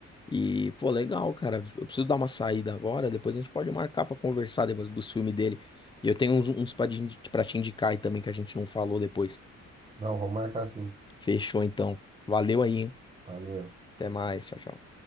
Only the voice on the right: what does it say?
Não, vou marcar assim.
Valeu.